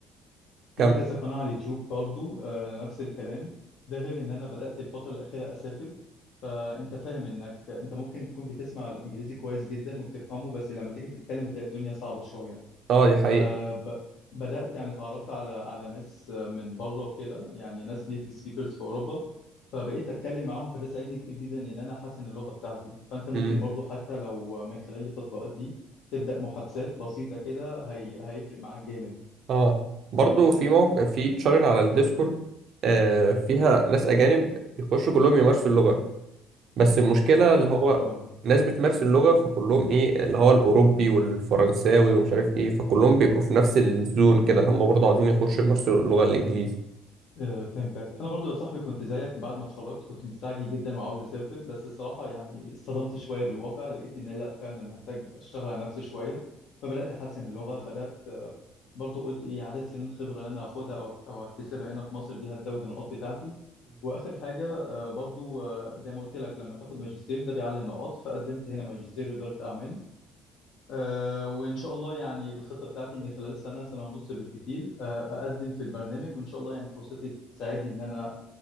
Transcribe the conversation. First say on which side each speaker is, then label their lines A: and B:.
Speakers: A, on the left; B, on the right.
A: في
B: كم
A: كذا قناة على اليوتيوب برضو آه، نفس الكلام ده غير ان انا بدأت الفترة الأخيرة اسافر فانت فاهم انك انت ممكن تكون بتسمع الانجليزي كويس جدا وبتفهمه بس لما تيجي تتكلم تلاقي الدنيا صعبة شوية
B: اه دي حقيقة
A: فبدأت يعني اتعرفت على على ناس من بره وكده يعني ناس نيتيف سبيكرز في اوروبا فبقيت اتكلم معاهم فده ساعدني كتير جدا ان انا احسن اللغة بتاعتي فانت ممكن
B: مم.
A: برضو حتى لو من خلال التطبيقات دي تبدأ محادثات بسيطة كده هي... هيفرق معاك جامد
B: اه برضو في موقع في تشارين على الديسكورد آه فيها ناس أجانب بيخشوا كلهم يمارسوا اللغة بس المشكلة اللي
A: ح-
B: هو
A: حلو قوي
B: ناس بتمارس اللغة فكلهم إيه اللي هو الأوروبي والفرنساوي ومش عارف إيه فكلهم بيبقوا في نفس الزون كده إن هم برضه عاوزين يخشوا يمارسوا اللغة الإنجليزي
A: آه، فهمتك انا برضو يا صاحبي كنت زيك بعد ما اتخرجت كنت مستعجل جدا وعاوز اسافر بس الصراحه يعني اصطدمت شويه بالواقع لقيت ان لا فعلا محتاج اشتغل على نفسي شويه فبدات احسن اللغه بدات آه، برضو قلت ايه عدد سنين الخبره اللي انا هاخدها او او اكتسبها هنا في مصر دي هتزود النقاط بتاعتي واخر حاجه آه، برضو آه، زي ما قلت لك لما تاخد ماجستير ده بيعلي النقاط فقدمت هنا ماجستير اداره اعمال آه، وإن شاء الله يعني الخطة بتاعتي إن خلال سنة سنة ونص بالكتير آه، أقدم في البرنامج وإن شاء الله يعني فرصتي تساعدني إن أنا